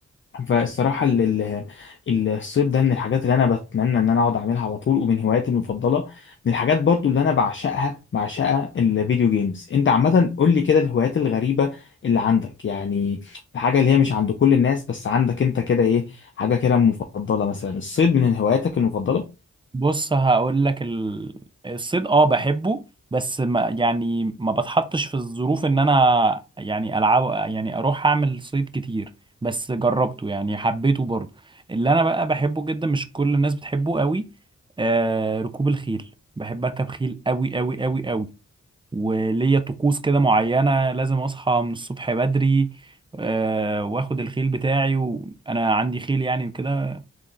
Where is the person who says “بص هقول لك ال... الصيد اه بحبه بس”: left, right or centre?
Right